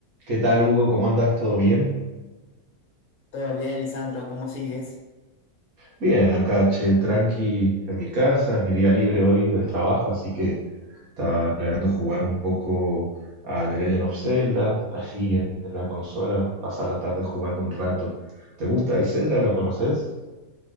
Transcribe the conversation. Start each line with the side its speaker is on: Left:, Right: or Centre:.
Right: ¿Qué tal, Hugo? ¿Cómo andas? ¿Todo bien?
Left: Todo bien, Lisandro, ¿cómo sigues?
Right: Bien, acá, che, tranqui en mi casa, es mi día libre hoy del trabajo, así que estaba planeando jugar un poco a The Legend of Zelda, ahí en, en la consola, pasar la tarde jugando un rato. ¿Te gusta el Zelda? ¿Lo conoces?